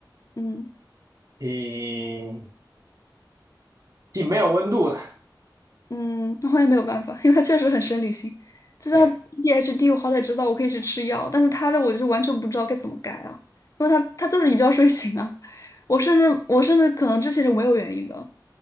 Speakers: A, on the left (about 45°); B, on the right (about 45°).
A: 嗯
B: 挺挺没有温度的，
A: 嗯，那我也没有办法，因为他确实很生理性。就像
B: 对，
A: ADHD，我好歹知道我可以去吃药，但是他的我就完全不知道该怎么改啊，因为他他就是一觉睡醒啊。<laughs> 我甚至我甚至可能之前是没有原因的，